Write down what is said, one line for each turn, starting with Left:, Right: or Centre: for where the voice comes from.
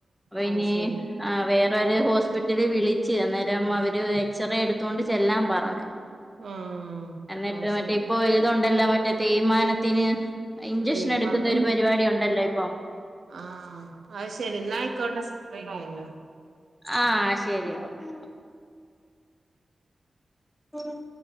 Centre: വേനി
Right: ആഹ് അത് ശരി
Centre: ആഹ് വേറരു ഹോസ്പിറ്റലിൽ വിളിച് അന്നേ രം അവര് എക്സ്റേ എടുത്തൊണ്ട് ചെല്ലാൻ പറഞ്
Right: ആഹ്
Centre: ന്നെറ്റ്
Right: അത്
Centre: മറ്റേ
Right: ശരി
Centre: ഇപ്പോ ഇതുണ്ടല്ലോ മറ്റേ തെയ് മാന ത്തിന് ഇഞ്ചക്ഷൻ
Right: തേയ്മാനം
Centre: എടുക്കുന്ന ഒരു പരിവാടി ഉണ്ടല്ലോ ഇപ്പൊ
Right: ആഹ് അഹ് ശരി ന്നാ ഐക്കോട്ടെ സ്മയം കഴിഞ്ഞു
Centre: ആഹ് ശെരി ഓക്കെ ഉം ഉം